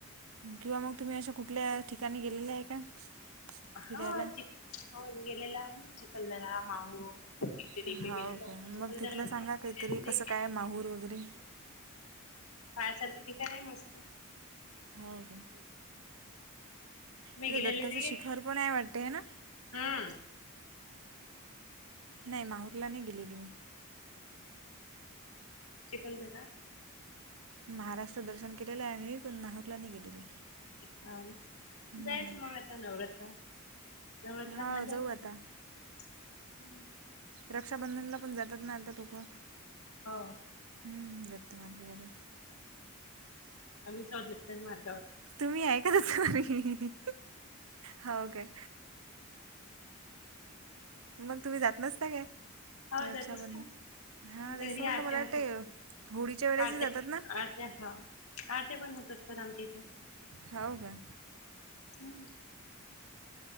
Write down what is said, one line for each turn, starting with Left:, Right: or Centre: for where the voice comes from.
Right: किंवा मग तुम्ही अशा कुठल्या ठिकाणी गेलेल्या आहे का फिरायला
Left: हा चि हो गेलेलान चिखलदार माह एकटे
Right: हाव
Left: टेट केेल्याला
Right: काय
Left: चुकाला
Right: मग तिथलं
Left: तर
Right: सांगा काहीतरी कसं काय माहूर वगैरे
Left: पाय <unintelligible> की नाही मस्त
Right: हो का
Left: मी
Right: तिथं
Left: गेलेले
Right: दत्ताचं शिखर पण आहे वाटते आहे ना
Left: ना हा
Right: नाही माहुरला नाही गेलेली मी
Left: चिखलदरा
Right: महाराष्ट्र दर्शन केलेलं आहे आ मही माहुरला नाही गेलेली
Left: हन
Right: हम्म
Left: जायचं मग आता नवरात्रात नवरात्रात
Right: हा
Left: मज्जा
Right: जाऊ
Left: असते
Right: आता
Left: हम्म
Right: रक्षाबंधनला पण जातात ना आता तुकं
Left: हो
Right: हम्म दत्त मार्गी बर
Left: आम्ही चौदतर मारो
Right: तुम्ही आहे का त त हाव काय मग तुम्ही जात नसता काय
Left: हव
Right: रक्षाबंधन
Left: जाय तस आमच्या
Right: हां तेच
Left: घरी
Right: तर म्हटलं
Left: आरत्या
Right: मला वाटते
Left: होत
Right: होळीच्या वेळेसही
Left: आरत्या
Right: जातात ना
Left: आरत्या हा आर्ते पण होत असतात आमच्या इथं
Right: होव का
Left: हम्म